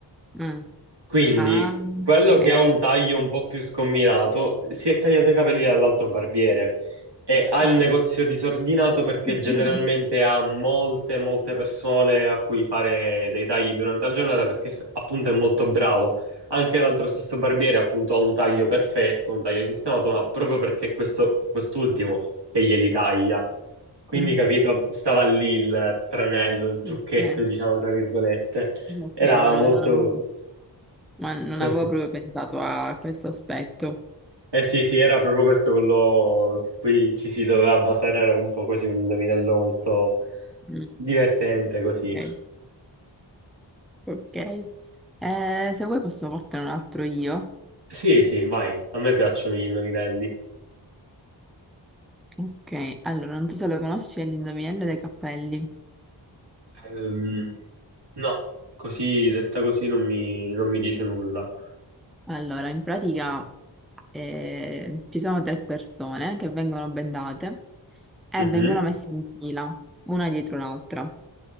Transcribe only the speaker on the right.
Quindi
quello
che ha un taglio un po' più scombinato si è tagliato i capelli dall'altro barbiere e ha
il negozio disordinato perché
generalmente ha molte, molte persone a cui fare dei tagli durante la giornata perché f- appunto è molto bravo. Anche l'altro stesso barbiere appunto ha un taglio perfetto, un taglio sistemato, ma proprio perché questo, quest'ultimo che glieli taglia. Quindi,
capito, stava lì il tranello, il trucchetto,
diciamo, tra virgolette.
Era
molto
così.
Eh sì, sì, era proprio questo quello su cui ci si doveva basare, era un po' così un indovinello molto
divertente così.
Sì, sì, vai, a me piacciono gli indovinelli.
Ehm, no, così, detta così non mi, non mi dice nulla.
Mhm.